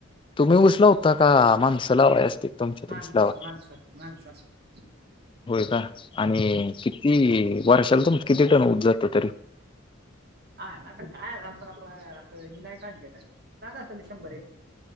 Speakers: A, on the left (about 25°); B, on the right (about 50°).
A: तुम्ही ऊस लावता का. माणस लावाय असत्यात तुमच्यात
B: माणस
A: ऊस लावाय.
B: माणस असत्याती.
A: होय का आणि किती वर्षाला तुमचा किती टन ऊस जातो तरी.
B: ह आता काय आपण असं हि नाही काढलेलं. जात असल शंभर एक